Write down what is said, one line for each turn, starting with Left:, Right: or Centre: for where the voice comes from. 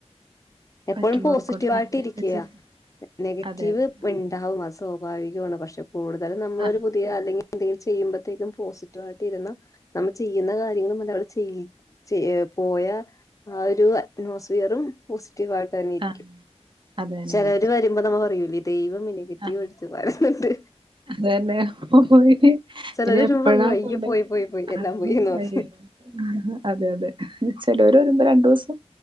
Left: എപ്പോഴും
Right: മറ്റുള്ളവർക്ക്
Left: പോസിറ്റീവ
Right: വേണ്ടി നന്മയൊക്കെ
Left: ആയിട്ട് ഇരിക്കയാ
Right: ചെയ്യാൻ
Left: നെഗറ്റീവ്
Right: അതെ അതെ
Left: ഉണ്ടാവും അ സ്വാഭാവികമാണ് പക്ഷെ കൂടുതലും നമ്മളൊരു
Right: ആ
Left: പുതിയ അല്ലെങ്കിൽ ന്തെങ്കിലും ചെയ്യുമ്പോഴത്തേക്കും പോസിറ്റീവ് ആയിട്ട് ഇരുന്ന നമ്മൾ ചെയ്യുന്ന കാര്യങ്ങളും മുതൽ അവൾ ചെയ ചെ പോയ ആ ഒരു അറ്റ്മോസ്ഫിയറും പോ പോസിറ്റീവ് ആയിട്ട് തന്നെ ഇരിക്കും
Right: ആ അത് തന്നെ
Left: ചിലര് വരുമ്പോ നമ്മ പറയുലെ ദൈ തും നെഗറ്റീവ്
Right: ആ
Left: അടിച്ച് വരുന്നുണ്ട്.
Right: അതന്നെ പോയി
Left: ചിലര്
Right: ഇനി
Left: വരുമ്പോ
Right: എപ്പഴാ
Left: പറയും അയ്യോ
Right: പോണടെ
Left: പോയി പോയി പോയി
Right: <unintelligible>
Left: എല്ലാം പോയിന്ന് പറയും
Right: അതെ അതെ ചേലര് വരുമ്പ രണ്ടു ദിവസം